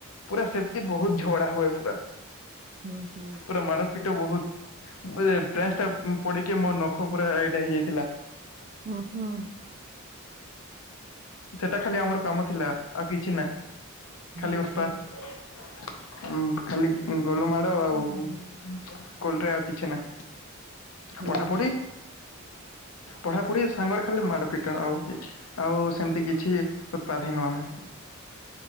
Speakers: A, on the left; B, on the right.
A: ପୁରା ସେମ୍ତି ବହୁତ୍ ଝଗଡା ହୁଏ ପୁରା।
B: ହୁଁ ହୁଁ
A: ପୁରା ମାଡ ପିଟ ବହୁତ୍ <unintelligible> ପଡିକି ମୋ ନଖ ପୁରା ଏଇଟା ହେଇଯାଇଥିଲା।
B: ହୁଁ-ହୁଁ।
A: ସେଟା ଖାଲି ଆମର କାମ ଥିଲା, ଆଉ କିଛି ନା
B: ହୁଁ
A: ଖାଲି ଉତ୍ପାତ୍
B: ହୁଁ
A: ଉଁ ଖାଲି ଗଲୁ ମାଡ଼ ଆଉ ସ୍କୁଲ୍ ରେ ଆଉ କିଛି ନା,
B: ହୁଁ
A: ପଢାପଢି
B: ହୁଁ
A: ପଢାପଢି ସାଙ୍ଗରେ ଖାଲି ମାଡ ପିଟା ଆଉ କି ଆଉ ସେମ୍ତି କିଛି ଉତ୍ପାତ ହେଇନୁ ଆମେ।